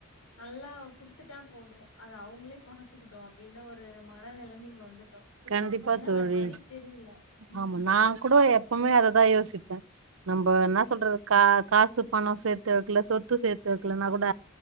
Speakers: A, on the left; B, on the right.
A: நல்லா குடுத்துட்டா போது அத அவுங்களே பாத்துக்கட்டு அப்டின்னு ஒரு மனநெலமைக்கு வந்து ந்துட்டோ
B: கண்டிப்பா
A: ஏனா
B: தோழி
A: வேற வழி தெரியல ம்
B: ஆமா நா கூட எப் எப்பவுமே அததா யோசிப்பே நம்ப என்ன சொல்றது கா காசு பணோ சேத்து வெக்கல சொத்து சேத்து வெக்கலன்னா கூட